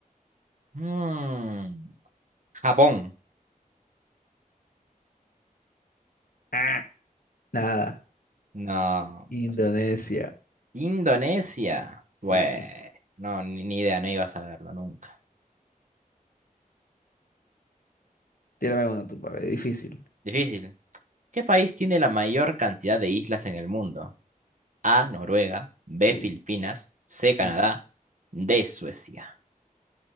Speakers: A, on the right; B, on the left.
A: Mm, Japón.
B: Ah, Nada.
A: No.
B: Indonesia.
A: pues, Indonesia.
B: Sí,
A: Bueno,
B: sí, sí.
A: no, ni, ni idea, no iba a saberlo nunca.
B: Tírame una tú, papi. Difícil.
A: Difícil. ¿Qué país tiene la mayor cantidad de islas en el mundo? A, Noruega, B,
B: Uy,
A: Filipinas, C, Canadá,
B: uy.
A: D, Suecia.